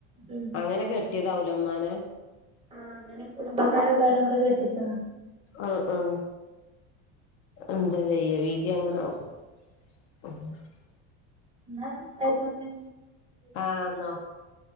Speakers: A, on the right (about 15°); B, on the left (about 40°).
A: ഉം
B: അങ്ങനെ കെട്ടിയതാവുല്ലേ മ്മാനെ?
A: ആ അങ്ങനെ കുടുംബക്കാരല്ലാരും കൂടെ കെട്ടിച്ചതാ.
B: ആ ആ എന്താ ചെയ്യ? വിധി അങ്ങനാവും. <unintelligible>
A: ന്നാ അയിക്കോട്ടെ
B: ആന്നോ